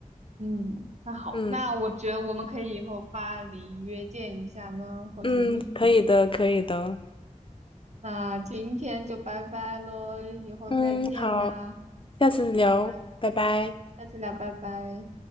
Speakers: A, on the right; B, on the left.
A: 嗯，那好，
B: 嗯
A: 那我觉得我们可以以后巴黎约见一下呢，或许。
B: 嗯，
A: <laughs>
B: 可以的，可以的。
A: 那今天就拜拜喽，以后再见吧。
B: 嗯，好，
A: 好
B: 下次聊，
A: 的，
B: 拜拜。
A: 下次聊，拜拜。